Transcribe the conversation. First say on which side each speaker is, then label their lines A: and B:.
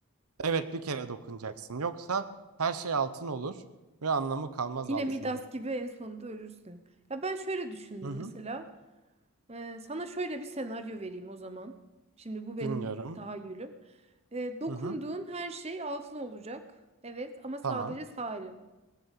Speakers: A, on the right; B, on the right.
A: Evet, bir kere dokunacaksın. Yoksa her şey altın olur ve anlamı kalmaz
B: Yine
A: altının.
B: Midas gibi en sonunda ölürsün. Ya ben şöyle düşündüm
A: Hı hı.
B: mesela. Ee, sana şöyle bir senaryo vereyim o zaman. Şimdi bu benim
A: Dinliyorum.
B: tahayyülüm. Ee, dokunduğun
A: Hı hı.
B: her şey altın olacak. Evet ama sadece
A: Tamam.
B: sağ elin.